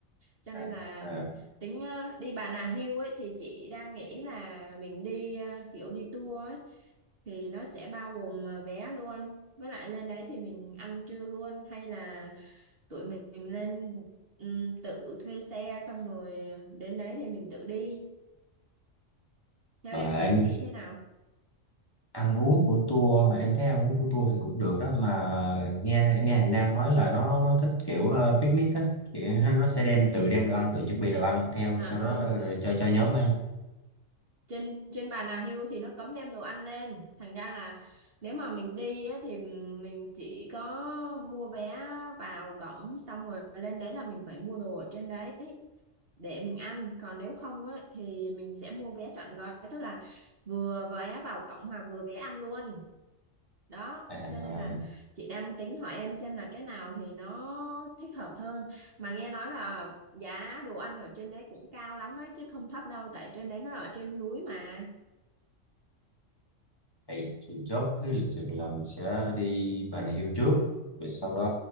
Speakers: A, on the right; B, on the left.
A: cho
B: À,
A: nên là
B: à.
A: tính à, đi Bà Nà Hills ấy thì chị đang nghĩ là mình đi à, kiểu đi tour ấy thì nó sẽ bao gồm à, vé luôn với lại lên đấy thì mình ăn trưa luôn hay là tụi mình lên ừm, tự thuê xe xong rồi đến đấy thì mình tự đi theo
B: mà
A: em thì em
B: em
A: nghĩ thế nào
B: ăn uống của tour em thấy ăn uống của tour thì cũng được đó mà nghe em nghe hàng Nam nói là nó nó thích kiểu ờ, picnic á kiểu nó nó sẽ đem tự đem đồ ăn tự chuẩn bị đồ ăn theo
A: À
B: sau đó
A: không,
B: rồi cho cho nhóm ăn
A: trên trên bàn Nà hưu thì nó cấm đem đồ ăn lên. Thành ra là nếu mà mình đi á, thì mình chỉ có mua vé vào cổng xong rồi lên đấy là mình phải mua đồ ở trên đấy để mình ăn. Còn nếu không á, thì mình sẽ mua vé trọn gói, tức là vừa vé vào cổng mà vừa vé ăn luôn. đó
B: à
A: cho nên là chị đang tính hỏi em xem là cái nào thì nó thích hợp hơn mà nghe nói là giá đồ ăn ở trên đấy cũng cao lắm ấy chứ không thấp đâu tại trên đấy nó ở trên núi mà
B: vậy thì chốt cái lịch trình là mình sẽ đi Bà Nà Hills trước rồi sau đó